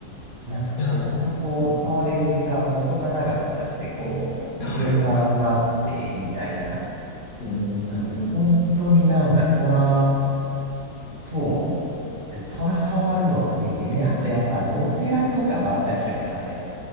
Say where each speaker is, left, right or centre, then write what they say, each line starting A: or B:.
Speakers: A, on the right; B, on the left.
A: なんかこう、
B: いや、う
A: 本当触れる時間もそんな長くなくて、
B: ん、
A: こう、
B: はい。
A: 順番待って、みたいな。
B: うん。
A: なので、本当になんか虎、と、でも虎触るのがメインで、で、あとやっぱあの、お寺とか回ったりしましたね。